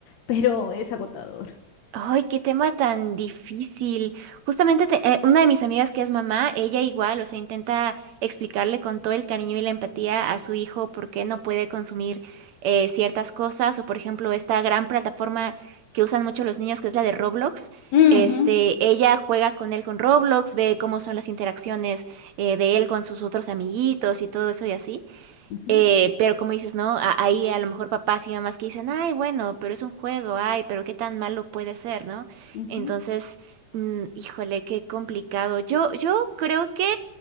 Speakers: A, on the left (about 70°); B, on the right (about 70°).
A: pero es agotador.
B: Ay, qué tema tan difícil. Justamente te- eh, una de mis amigas que es mamá, ella igual, o sea, intenta explicarle con todo el cariño y la empatía a su hijo por qué no puede consumir eh, ciertas cosas, o por ejemplo, esta gran plataforma que usan mucho los niños, que es la de Roblox.
A: Ujú,
B: Este, ella juega con él con Roblox, ve cómo son las interacciones eh, de él con sus otros amiguitos y todo eso y así.
A: Ujú,
B: Eh, pero como dices, ¿no? A- ahí a lo mejor papás y mamás que dicen, ay, bueno, pero es un juego, ay, pero qué tan malo puede ser, ¿no?
A: ujú,
B: Entonces, mm, híjole, qué complicado. Yo, yo creo que